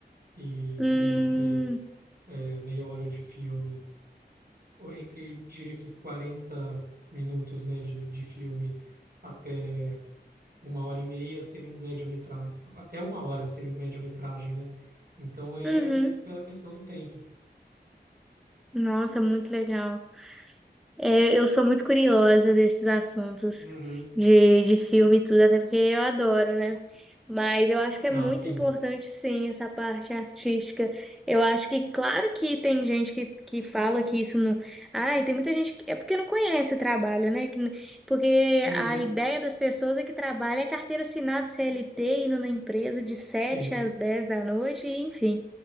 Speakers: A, on the right (about 60°); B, in the centre.
A: E
B: Hum,
A: entre, eh, meia hora de filme ou entre, diria que 40 minutos, né, de, de filme até uma hora e meia seria um média-metragem. Até uma hora seria um média-metragem, né? Então é,
B: uhum.
A: é muito pela questão do tempo.
B: Nossa, muito legal. É, eu sou muito curiosa desses assuntos
A: Uhum.
B: de, de filme e tudo, até porque eu adoro, né? Mas eu acho que é
A: Ah,
B: muito
A: sim.
B: importante, sim, essa parte artística. Eu acho que, claro que tem gente que, que fala que isso não. Ai, tem muita gente que. É porque não conhece o trabalho, né? Que, n- porque
A: Uhum.
B: a ideia das pessoas é que trabalha é carteira assinada CLT, indo na empresa de sete
A: Sim,
B: às 10 da noite, e, enfim.